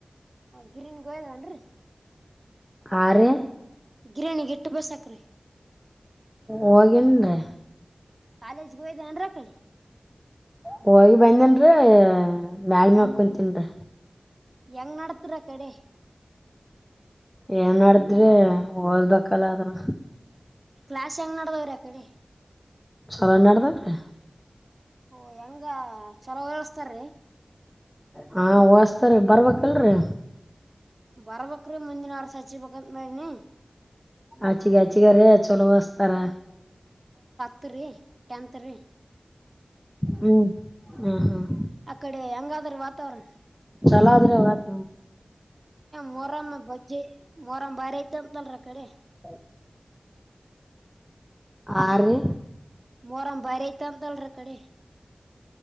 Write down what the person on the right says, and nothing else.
ಗಿರಿನ್ಗೋಯ್ದನ್ರಿ
ಗಿರಾಣಿ ಗಿಟ್ಟು ಬಸಾಕ್ರೀ
ಕಾಲೇಜ್ಗೆ ಹಯ್ದನ್ರ ಕಿ
ಹೆಂಗ್ ನತರ ಕಡೆ
ಕ್ಲಾಸ್ ಹೆಂಗ್ ನಡದವ್ರ ಅ ಕಡೆ
ಓ ಹೆಂಗ ಚಲೋ ಳ್ಸ್ತಾರೀ
ಬರ್ಬ್ರೀ ಮುಂದಿನ ಅವ್ರ ಸಚಿ ಬಂತ ಮನಿ
ಉತ್ತ ರಿ ಎಂತ ರಿ
ಅಕಡೆ ಅಂಗಾಧರ ವಾತಾವರಣ
ಮೊರಂ ಬಜ್ಜೆ ಮೊರಂ್ ಬಾರಿ ಐತಂತಲ್ರ ಕಡೆ
ಮೊರಂ ಬಾರಿ ಐತ ಅಂತಲ್ರ ಅ ಕಡೆ